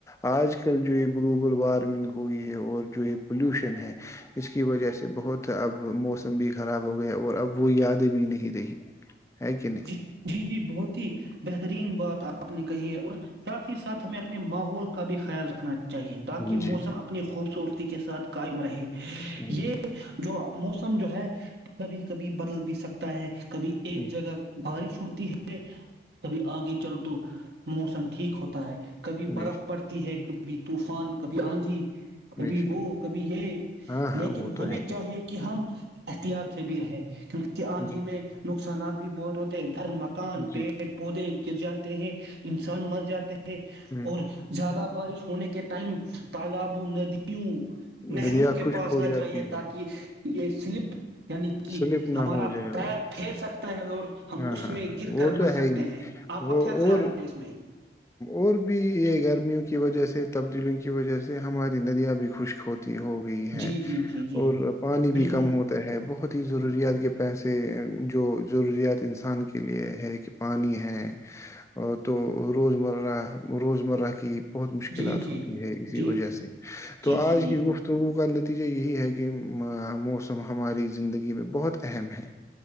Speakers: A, on the left; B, on the right.
A: آج کل جو یہ گلوبل وارمنگ ہوئی ہے اور جو یہ پلیوشن ہے اس کی وجہ سے بہت اب موسم بھی خراب ہو گیا اور اب وہ یاد بھی نہیں رہی ہے کہ نہیں
B: جی جی جی بہت ہی بہترین بات آپ اپ نے کہیے اور ساتھ ہی ساتھ ہمیں اپنے ماحول کا بھی خیال رکھنا چاہے چاہیے تاکہ موسم
A: جی جی
B: اپنی خوبصورتی کے ساتھ قائم رہے یہ
A: جی
B: جو موسم جو ہے کبھی کبھی بدل بھی سکتا ہے کبھی ایک
A: جی،
B: جگہ بارش ہوتی ہے کبھی آگے چلو تو موسم ٹھیک ہوتا ہے کبھی
A: بے
B: برف پڑتی ہے کبھی طوفان کبھی آندھی کبھی
A: بے شک
B: وہ کبھی یہ
A: ہاں ہاں
B: لیکن
A: وہ تو
B: ہمیں
A: ہے ہی
B: چاہیے کہ ہم احتیاط سے بھی رہے کیونکہ آندھی
A: جی
B: میں نقصان صانات بھی بہت ہو گھر مکان پیڑ
A: جی
B: پودے گر جاتے ہیں انسان مر جاتے ہیں ہے
A: ہ
B: اور زیادہ بارش ہونے کے ٹائم تالابوں ندیوں نہروں
A: دریا
B: کے
A: خشک
B: پاس
A: ہو
B: نہ
A: جاتی
B: جائیے تاکہ
A: ہے
B: یہ سلپ یعنی کہ
A: سلپ
B: ہمارا
A: نہ ہو جائے
B: پیر پھیر سکتا ہے اور ہم
A: ہاں
B: اس
A: ہاں
B: میں
A: ہاں
B: گر
A: وہ
B: کر
A: تو
B: مر سکتے
A: ہے ہی
B: ہیں آپ کا
A: وہ
B: کیا خیال
A: اور
B: ہے اس میں
A: اور بھی یہ گرمیوں کی وجہ سے تبدیلیوں کی وجہ سے ہماری ندیاں بھی خشک ہوتی ہو گئی ہے
B: جی جی جی جی
A: اور پانی
B: بالکل
A: بھی کم ہوتا ہے بہت بہت ہی ضروریات کے پیسے جو ضروریات انسان کے لیے ہے کہ پانی ہے اور تو روزمرہ روزمرہ کی بہت مشکلات
B: جی جی
A: ہوتی ہے اسی
B: جی
A: وجہ سے
B: جی
A: تو آج
B: جی جی جی
A: کی گفتگو کا نتیجہ نتیجہ یہی ہے کہ موسم ہماری زندگی میں بہت اہم ہے